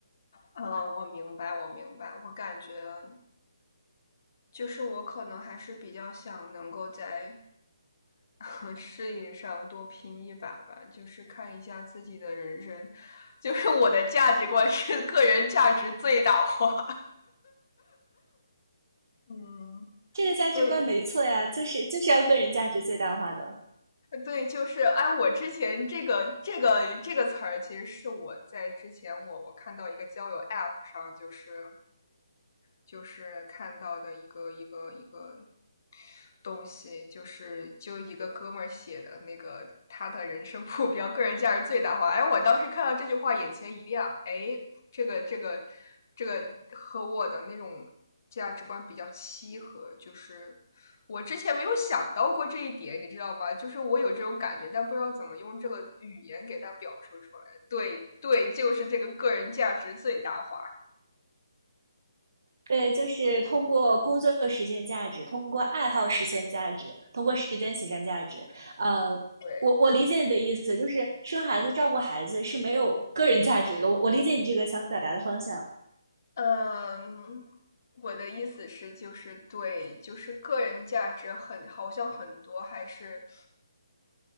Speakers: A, on the left; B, on the right.
A: 嗯，我明白，我明白，我感觉就是我可能还是比较想能够在 <laughs> 事业上多拼一把吧，就是看一下自己的人生，就是我的价值观是个人价值最大化。嗯，
B: 这个价值观没错呀，
A: 所以
B: 就是就是要个人价值最大化的。
A: 对，就是哎，我之前这个这个这个词儿，其实是我在之前我我看到一个交友 App 上，就是就是看到的一个一个一个东西，就是就一个哥们儿写的那个他的人生目标、个人价值最大化。哎，我当时看到这句话，眼前一亮。哎，这个这个这个和我的那种价值观比较契合，就是我之前没有想到过这一点，你知道吗？就是我有这种感觉，但不知道怎么用这个语言给他表述出来。对对，就是这个个人价值最大化。
B: 对，就是通过工作实现价值，通过爱好实现价值，通过时间实现价值。呃，
A: 对，
B: 我我理解你的意思，就是生孩子、照顾孩子是没有个人价值的。我我理解你这个想表达的方向，
A: 嗯，我的意思是，就是对，就是个人价值很，好像很多还是